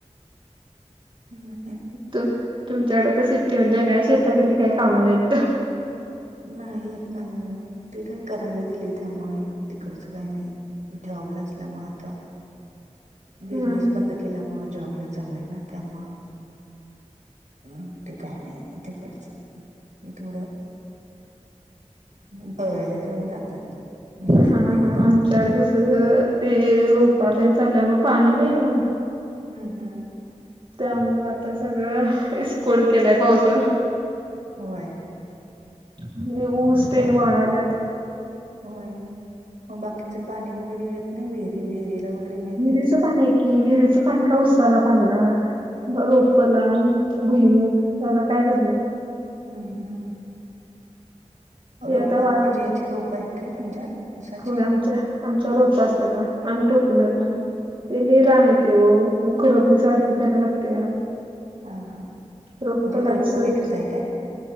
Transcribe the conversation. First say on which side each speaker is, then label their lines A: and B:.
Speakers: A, on the right; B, on the right.
A: हम्म.
B: त तुमच्याकडे तर सिट्टी म्हणल्या काय शेताकडली काय कामं नाहीत.
A: नाही अ.. ते काय करायला दिले, त्यामुळे तिकडचं काय नाही. जॉबला असल्यामुळं आता. बिझनेस
B: हम्म हम्म
A: बंद केल्यामुळ‌, जॉबला चालाय ना त्यामुळं. हम्म, ते काय नाही तिकडचं थोडं. बघायला तेवढं जातात, महिन्यात
B: हा
A: नाही एकदा
B: हा
A: हम्म.
B: <unintelligible> ते रोपा त्यां चालल्या मग पाणी नाही ना.
A: हम्म हम्म.
B: त्यामुळं आता सगळं, इस्कूट केलाय पावसानं.
A: होय.
B: आणि ऊस तेन
A: पाऊ
B: वाळाल्यात.
A: होय, मग बाकीच पाणी वगैरे येत नाही. विहिरी विहिरीला वगैरे, नाही
B: विहिरीचं
A: काय तिकडं
B: पाणी आहे की, विहिरीचं पाणी काय ऊसाला पाजणार. रोप लांब भुईमुग याला काय करणार.
A: हम्म हम्म
B: हे
A: रोप
B: आता वाळा
A: म्हणजे याची रोप आहेत काय तुमच्यात. उसाची
B: होय, आमच्या आमच्या रोप असत्यात आम्ही टोकनत नाही. ते लई रान येतय ओ मग खरपनी सारखी कराय लागत्या.
A: हा हा
B: रोपला
A: म्हणजे रोप
B: कसं.
A: विकताय काय